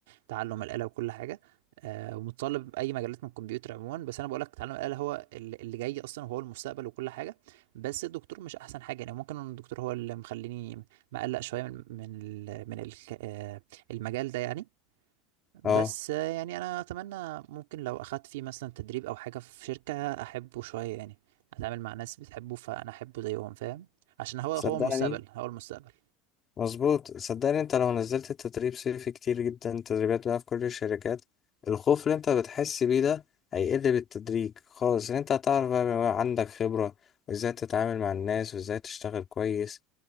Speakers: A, on the right (about 80°); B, on the left (about 25°).
A: تعلم الآلة وكل حاجة آه، ومتطلب أي مجالات من الكمبيوتر عموما بس أنا بقولك تعلم الآلة هو اللي اللي جاي أصلا وهو المستقبل وكل حاجة بس الدكتور مش أحسن حاجة يعني ممكن إن الدكتور هو اللي مخليني مقلق شوية من من ال- من الك- آه، المجال ده يعني بس
B: اه
A: آه، يعني انا اتمنى ممكن لو اخدت فيه مثلا تدريب او حاجه في شركه احبه شويه يعني اتعامل مع ناس بتحبه فانا احبه زيهم فاهم عشان هو هو
B: صدقني
A: المستقبل هو المستقبل
B: مظبوط صدقني انت لو نزلت التدريب صيفي كتير جدا تدريبات بقى في كل الشركات الخوف اللي انت بتحس بيه ده هيقل بالتدريج خالص ان انت هتعرف بقى بيبقى عندك خبرة وازاي تتعامل مع الناس وازاي تشتغل كويس